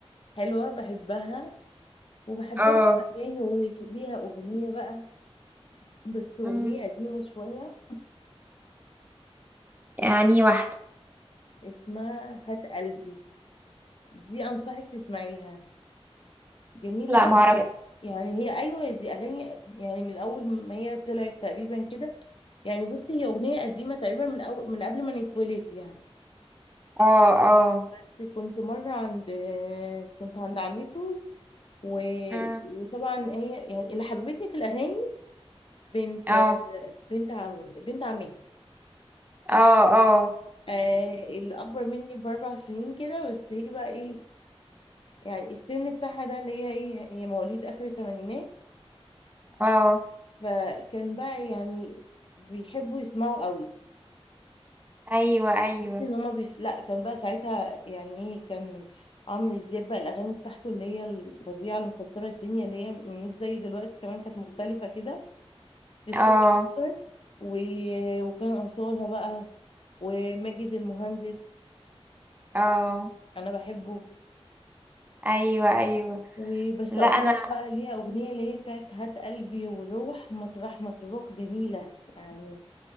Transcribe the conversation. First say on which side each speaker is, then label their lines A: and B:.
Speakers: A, on the left (about 55°); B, on the right (about 15°).
A: حلوه بحبها وبحب
B: اه
A: لها اغاني وليها اغنيه بقى بس اغنيه
B: مم.
A: قديمه شويه
B: يعني واحدة
A: اسمها هات قلبي دي انصحك تسمعيها جميلة
B: لا
A: أوي
B: معرفة
A: أوي. يعني هي أيوة دي أغاني يعني من أول ما هي طلعت تقريبا كده يعني بصي هي أغنية قديمة تقريبا من أول من قبل ما نتولد يعني
B: اه اه
A: بس كنت مرة عند كنت عند عمته و...
B: مم.
A: وطبعا هي يعني اللي حببتني في الأغاني بنت
B: اه
A: بنت عم بنت عمتي
B: اه اه
A: آه اللي أكبر مني بأربع سنين كده بس هي بقى إيه يعني السن بتاعها ده اللي هي إيه هي مواليد آخر الثمانينات
B: اه
A: فكان بقى يعني بيحبوا يسمعوا قوي
B: ايوه ايوه
A: تحس ان هما بيس... لا كان بقى ساعتها يعني ايه كان عمرو دياب بقى الاغاني بتاعته اللي هي الفظيعه اللي مكسره الدنيا اللي هي مش زي دلوقتي كمان كانت مختلفه كده للست
B: اه
A: اكتر و... وكان اصالها بقى وماجد المهندس
B: اه
A: انا بحبه
B: ايوه ايوه
A: وبس
B: لا
A: اصالها
B: انا
A: بقى ليها اغنيه اللي هي بتاعت هات قلبي والروح مطرح ما تروح جميله يعني